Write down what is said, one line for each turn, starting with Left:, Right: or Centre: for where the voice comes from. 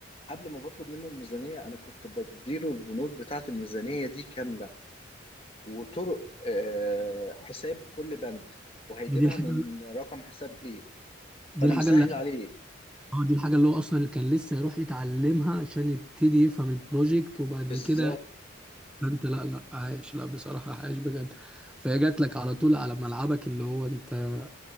Left: قبل ما بطلب منه الميزانيه انا كنت بديله البنود بتاعه الميزانيه دي كامله وطرق آه، حساب كل بند وهيجيبها
Centre: دي الحاجه
Left: من رقم حساب ايه
Centre: دي
Left: فانا
Centre: الحاجه
Left: مسهل
Centre: اللي
Left: عليه
Centre: هو دي الحاجة اللي هو أصلا اللي كان لسه يروح يتعلمها عشان يبتدي يفهم البروجكت وبعد
Left: بالظبط
Centre: كده أنت لا لا عايش لا بصراحة عايش بجد فهي جات لك على طول على ملعبك اللي هو أنت